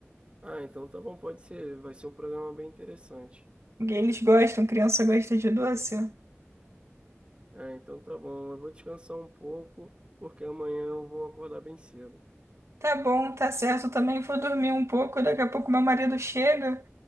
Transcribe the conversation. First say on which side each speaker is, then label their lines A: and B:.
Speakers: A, on the right; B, on the right.
A: Ah, então tá bom, pode ser, vai ser um programa bem interessante.
B: Porque eles gostam, criança gosta de doce.
A: Ah, então tá bom, eu vou descansar um pouco, porque amanhã eu vou acordar bem cedo.
B: Tá bom, tá certo. Também vou dormir um pouco. Daqui a pouco meu marido chega.